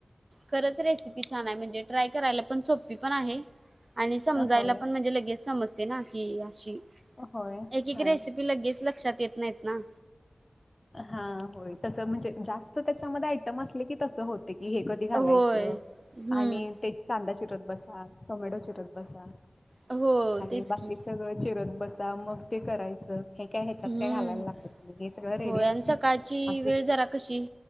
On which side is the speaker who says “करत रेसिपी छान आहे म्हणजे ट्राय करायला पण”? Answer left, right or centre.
Right